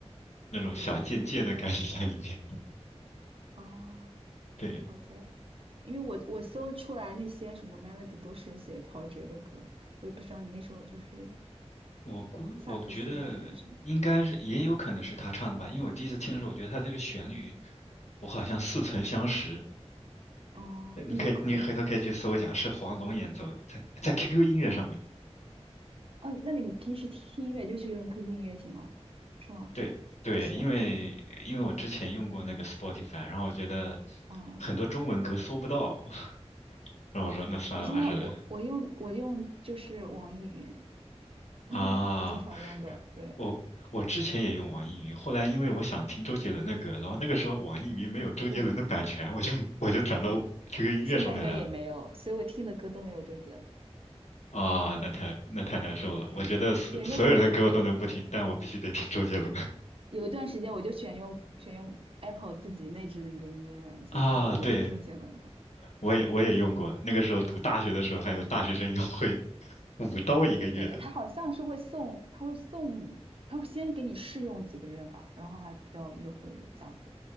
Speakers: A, on the left; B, on the right.
A: 那种小贱贱的感觉在里面。
B: 哦，
A: 对，
B: 好的，因为我我搜出来那些什么 melody 都是写陶喆的歌，我也不知道你那首就是
A: 我估我觉得应该是也有可能是他唱的吧，
B: 萨克斯版的是。
A: 因为我第一次听的时候，我觉得他这个旋律我好像似曾相识。
B: 哦，
A: 呃你可以你回头可以去搜一下，
B: 那有可能哎
A: 是黄龙演奏的，在在 QQ 音乐上面。
B: 忘了。哦，那你平时听音乐就是用 QQ 音乐听吗？是吗？
A: 对对，
B: 会选？
A: 因为因为我之前用过那个 Spotify，然后我觉得
B: 嗯，
A: 很多中文歌搜不到。<laughs> 然后我说那算了，
B: 我现在我我用我用就是网易云，
A: 我还是
B: <laughs>
A: 啊，
B: 我经常用的。对
A: 我我之前也用网易云，后来因为我想听周杰伦的歌，然后那个时候网易云没有周杰伦的版权，
B: 对，
A: 我就我就转到 QQ 音乐上面来了。
B: 现在应该也没有，所以我听的歌都没有周杰伦。
A: 啊，那太那太难受了。
B: 也对，
A: 我觉得所所有人的歌我都能不听，
B: 那时候对，
A: 但我必须得听周杰伦。<laughs>
B: 有一段时间我就选用选用 Apple 自己内置那个音乐软件，
A: 啊，
B: 它会有周杰伦的。
A: 对，我也我也用过，
B: 对，
A: 那个时候读大学的时候还有大学生优惠，五刀一个月。
B: 对的，哎他好像是会送，他会送，他会先给你试用几个月吧，然后还比较优惠的价格。